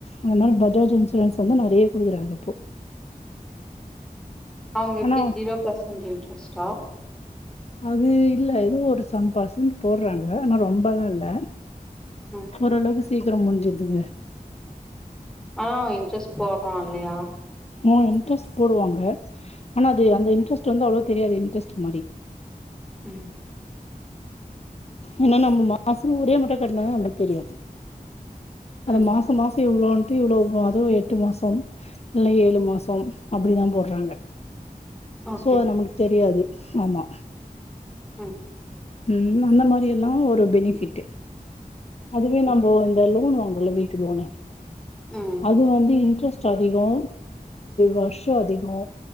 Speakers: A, on the left (about 45°); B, in the centre.
A: அந்த மாரி பஜாஜ் இன்சூரன்ஸ் வந்து நெறைய குடுக்குறாங்க இப்போ
B: அவுங்க இப்டி
A: ஆனா
B: ஜீரோ பஸ் என்டு இன்ட்ரெஸ்ட்டா
A: அது இல்ல ஏதோ ஒரு சம்பர்சன்ட் போடுறாங்க ஆனா ரொம்பல்லா இல்ல
B: ம்
A: ஓரளவுக்கு சீக்கிரம் முடிஞ்சுதுங்க
B: ஆனா இன்ட்ரெஸ் போகும் இல்லயா
A: ஆ இன்ட்ரஸ் போடுவாங்க ஆனா அது
B: ம்
A: அந்த இன்ட்ரெஸ்ட் வந்து அவ்ளோ தெரியாத இன்ட்ரெஸ்ட் மாரி
B: உ
A: ஏனா நம்ம மாசம் ஒரே மட்டு கட்டினா தா அப்டி தெரியு அது
B: ம்
A: மாச மாச இவ்ளோன்ட்டு இவ்ளோ அது எட்டு மாசம் இல்ல ஏழு மாசம் அப்டிதான் போடுறாங்க
B: ஓகே
A: சோ நமக்கு தெரியாது ஆமா
B: உ
A: உ அந்த மாரி எல்லா ஒரு பெனிஃபிட்டு் அதுவே
B: ம்
A: நம்ம இந்த லோன் வாங் உல்ல வீட்டுடுவாங்க
B: ம்
A: அது வந்து இன்ட்ரெஸ்ட் ஸ்ட் அதிகோ வருஷோ அதிகோ